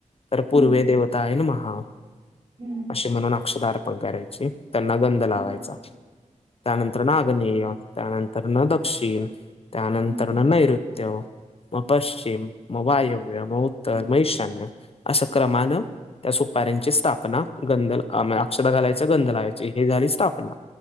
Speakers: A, on the left (about 45°); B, on the right (about 45°).
A: तर पूर्वे
B: हम्म
A: देव महा
B: हम्म
A: अशी म्हणून अक्षधार पण करायची त्यांना गंध लावायचा.
B: हा
A: त्यानंतर नाग्नेय त्यानंतर न दक्षिण त्यानंतर
B: हम्म
A: न नैऋत्य मग पश्चिम मग वायव्य मग उत्तर
B: हा
A: म शान्य असं क्रमानं त्या सुपाऱ्यांची स्थापना गंधल अक्षता घालायच गंध लायची हे झाली स्थापना